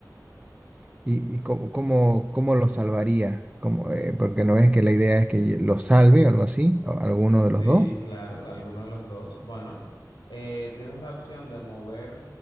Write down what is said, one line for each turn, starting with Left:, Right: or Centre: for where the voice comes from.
Right: ¿Y, y cómo, cómo, cómo lo salvaría? ¿Cómo, eh, porque no ves que la idea es que lo salve o algo así, o alguno
Left: Sí,
Right: de los dos.
Left: claro, alguno de los dos. Bueno, eh, tienes la opción de mover